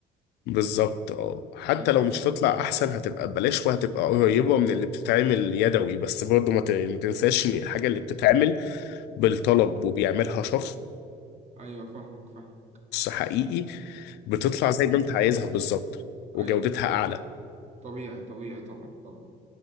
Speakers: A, on the left; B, on the right.
A: بالظبط اه حتى
B: ايوه
A: لو مش هتطلع احسن هتبقى ببلاش وهتبقى قريبه من اللي بتتعمل يدوي بس برضه ما ت- ما تنساش ان الحاجه اللي بتتعمل بالطلب وبيعملها شخص
B: ايوه فاهمك فاهمك
A: حقيقي بتطلع زي ما انت عايزها بالظبط وجودتها
B: ايوه فاهم
A: اعلى
B: طبيعي طبيعي طبعا طبعا